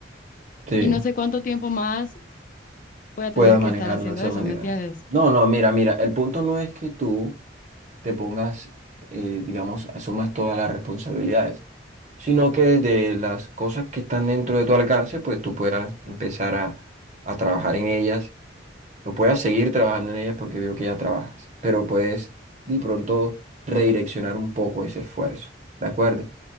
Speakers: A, on the right; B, on the left.
A: Sí,
B: y no sé cuánto tiempo más voy a tener
A: puedas
B: que
A: manejarlo
B: estar haciendo
A: de esa
B: eso,
A: manera.
B: ¿me entiendes?
A: No, no, mira, mira, el punto no es que tú te pongas, eh, digamos, asumas todas las responsabilidades, sino que de las cosas que están dentro de tu alcance, pues tú puedas empezar a, a trabajar en ellas, o puedas seguir trabajando en ellas porque veo que ya trabajas, pero puedes de pronto redireccionar un poco ese esfuerzo, ¿de acuerdo?